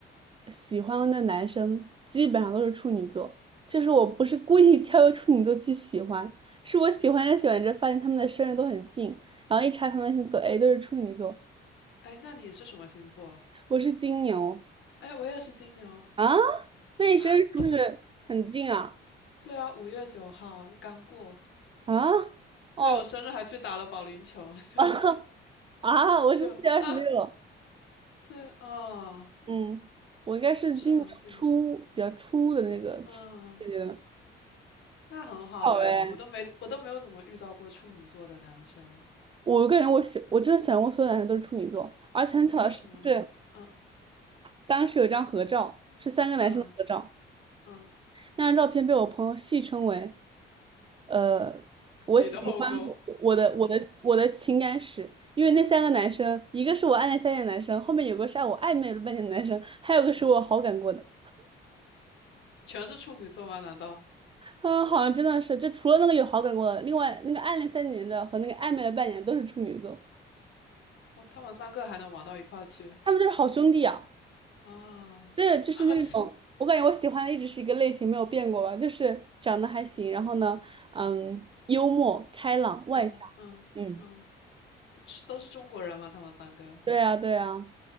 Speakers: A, on the right; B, on the left.
A: 喜欢的男生基本上都是处女座，就是我不是故意 <laughs> 挑个处女座去喜欢，是我喜欢着喜欢着发现他们的生日都很近，然后一查他们的星座，哎，都是处女座，
B: 哎，那你是什么星座？
A: 我是金牛
B: 哎，我也是金牛
A: 啊，那你生日是不是很近啊？
B: 啊。切对啊，五月九号刚过。
A: 啊，哦，
B: 对，我生日还去打了保龄球。<laughs>
A: <laughs> 啊，我是四月二十六。
B: 对啊，是啊，哦
A: 嗯，我应该是今年初比较初的那个初季的，
B: 是蛮近。嗯，那很好哎，
A: 巧哎。
B: 我都没我都没有怎么遇到过处女座的男生。
A: 我感觉我喜，我真的喜欢过所有男生都是处女座，而且很巧的是，
B: 哎，为什么呢？
A: 就是
B: 嗯
A: 当时有一张合照，是三个男生的合照，
B: 嗯嗯，
A: 那张照片被我朋友戏称为。呃，我喜欢我的我的我的情感史，
B: 你的后宫。
A: 因为那三个男生，一个是我暗恋三年的男生，后面有个是啊我暧昧了半年的男生，还有个是我好感过的。
B: 全是处女座吗？难道
A: 嗯，好像真的是，就除了那个有好感过的，另外那个暗恋三年的和那个暧昧了半年都是处女座，
B: 哇？他们三个还能玩到一块儿去
A: 他们就是好兄弟啊。
B: 啊？
A: 对，
B: <laughs>
A: 就是那种，
B: 好像，
A: 我感觉我喜欢的一直是一个类型，没有变过吧，就是长得还行，然后呢，嗯，幽默、开朗、外向。
B: 嗯嗯嗯，
A: 嗯，
B: 是都是中国人吗？他们三个，
A: 对啊，对啊，